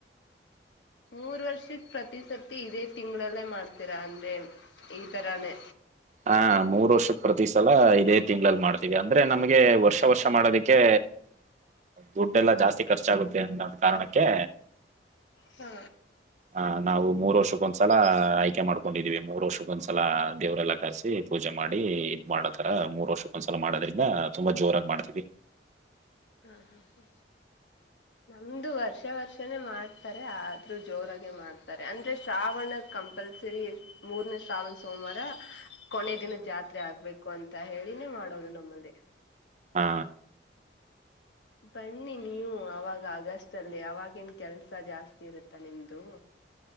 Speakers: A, on the left; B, on the right.
A: ಮೂರ್ ವರ್ಷ ಪ್ರತಿಿಸತಿ ಇದೇ ತಿಂಗಳಲ್ಲೇ ಮಾಡ್ತೀರಾ ಅಂದ್ರೆ ಈ ತರಾನೇ
B: ಹಾ ಮೂರು ವರ್ಷಕ್ ಪ್ರತಿ ಸಲ ಇದೇ ತಿಂಗಳಗಳಲ್ಲಿ ಮಾಡ್ತೀವಿ ಅಂದ್ರೆ ನಮ್ಗೆ ವರ್ಷ ವರ್ಷ ಮಾಡೋದಿಕ್ಕೆ ದುಡ್ಡೆಲ್ಲಾ ಜಾಸ್ತಿ ಖರ್ಚಾಗುತ್ತೆ ಅನ್ನೋದ್ ಕಾರಣಕ್ಕೆ
A: ಹಾ
B: ಆ ನಾವು ಮೂರು ವರ್ಷಕ್ಕೊಂದ್ಸಲ ಆಯ್ಕೆ ಮಾಡ್ಕೊಂಡಿದ್ದೀವಿ ಮೂರ್ ವರ್ಷಕ್ಕೊಂದ್ಸಲ ದೇವ್ರಲ್ಲ ಕರ್ಸಿ ಪೂಜೆ ಮಾಡಿ ಇ ಇದ್ ಮಾಡೋತರ ಮೂರ್ ವರ್ಷಕ್ಕೊಂದ್ಸಲ ಮಾಡೋದ್ರಿಂದ ತುಂಬಾ ಜೋರಾಗಿ ಮಾಡ್ತೀವಿ
A: ಹಾ ಹಾ ಹ ನಮ್ದು ವರ್ಷ ವರ್ಷನೇ ಮಾಡ್ತಾರೆ ಆದ್ರೂ ಜೋರಾಗೆ ಮಾಡ್ತಾರೆ ಅಂದ್ರೆ ಶ್ರಾವಣ ಕಂಪಲ್ಸರಿ ಮೂರ್ನೇ ಶ್ರಾವಣ ಸೋಮವಾರ ಕೊನ ದಿನ ಜಾತ್ರೆ ಆಗ್ಬೇಕು ಅಂತ ಹೇಳಿನೇ ಮಾಡೋದು ನಮ್ಮಲ್ಲಿ
B: ಹಾ
A: ಬನ್ನಿ ನೀವು ಅವಾಗ ಅಗಸ್ಟ್ ಅಲ್ಲಿ ಅವಾಗೇನ್ ಕೆಲ್ಸ ಜಾಸ್ತಿ ಇರುತ್ತಾ ನಿಮ್ದು